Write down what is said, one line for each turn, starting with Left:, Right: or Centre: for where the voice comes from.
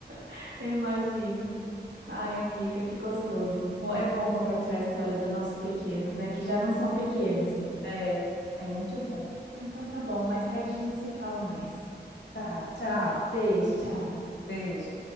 Right: <laughs> eu imagino. Ai, amiga, que gostoso. Mo- É bom compartilhar a história dos nossos pequenos, né? Que já não são pequenos.
Left: É, é é muito bom.
Right: Ah, então tá bom, mais tarde a gente se fala mais.
Left: Tá, tchau.
Right: Beijo, tchau.
Left: Beijo.